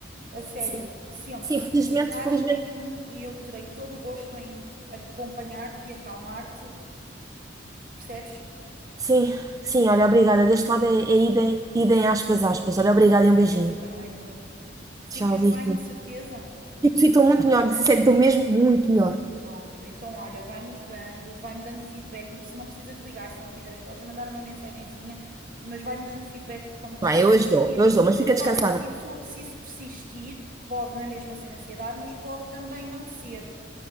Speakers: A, on the right; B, on the right.
A: a sério.
B: Sim,
A: Sempre.
B: sim,
A: Se
B: felizmente,
A: precisares,
B: felizmente.
A: liga-me e eu terei todo o gosto em acompanhar-te e acalmar-te. Percebes?
B: Sim, sim, olha, obrigada. Deste lado é, é idem, idem aspas, aspas. Olha, obrigada e um
A: Agradeço
B: beijinho.
A: também muito. Ficas
B: Tchau, beijinho.
A: bem, de certeza?
B: Tipo, ficam muito melhor, se sentem mesmo muito melhor.
A: Pronto, então olha, vai-me ligando, vai-me dando feedback. Se não precisas ligar, se não quiseres, podes mandar uma mensagenzinha, mas vai-me dando feedback de como te
B: Não
A: estás
B: é? Eu
A: a
B: as
A: sentir.
B: dou, eu as dou, mas fica
A: Porque
B: descansada.
A: olha, se isso, se isso persistir, pode na mesma ser ansiedade, mas pode também não ser,